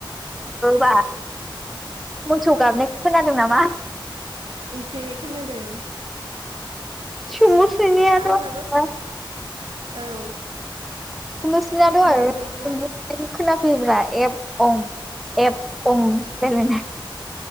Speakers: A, in the centre; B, on the right.
A: बा मोसौ गाबनाय खोनादों नामा
B: एसे खोनादों।
A: <unintelligible>
B: आंनाबो औ।
A: कलुसना दहाय
B: आंनाबोथ' बाव
A: <unintelligible> खोनाफैयोब्रा एफ अं एफ अं रायलायनाय।